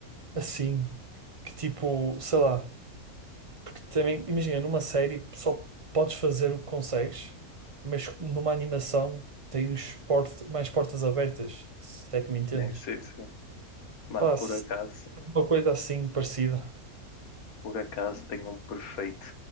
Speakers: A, on the right (about 30°); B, on the left (about 75°).
A: assim, que tipo, sei lá, porque também, imagina, numa série só podes fazer o que consegues, mas numa animação tens port mais portas abertas, se é que me entendes.
B: sim, sim, sim. Mano,
A: Pá,
B: por
A: se
B: acaso,
A: tem uma coisa assim parecida.
B: por acaso tem um perfeito.